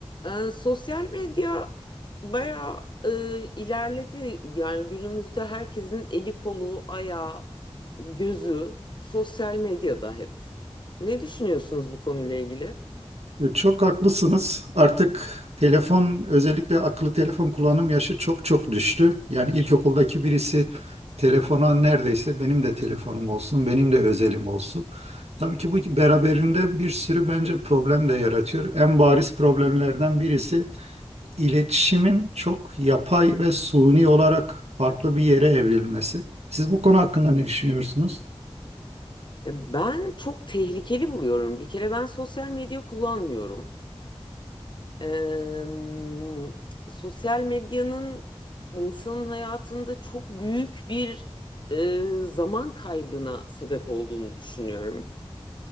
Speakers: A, on the left (about 45°); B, on the right (about 80°).
A: Ee, sosyal medya bayağı e, ilerledi. Yani günümüzde herkesin eli kolu, ayağı, gözü sosyal medyada hep. Ne düşünüyorsunuz bu konuyla ilgili?
B: E, Çok haklısınız. Artık telefon, özellikle akıllı telefon kullanım yaşı çok çok düştü. Yani ilkokuldaki birisi telefona neredeyse benim de telefonum olsun, benim de özelim olsun. Tabii ki bu beraberinde bir sürü bence problem de yaratıyor. En bariz problemlerden birisi iletişimin çok yapay ve suni olarak farklı bir yere evrilmesi. Siz bu konu hakkında ne düşünüyorsunuz?
A: E, Ben çok tehlikeli buluyorum. Bir kere ben sosyal medya kullanmıyorum. Eee, sosyal medyanın insanın hayatında çok büyük bir eee, zaman kaybına sebep olduğunu düşünüyorum.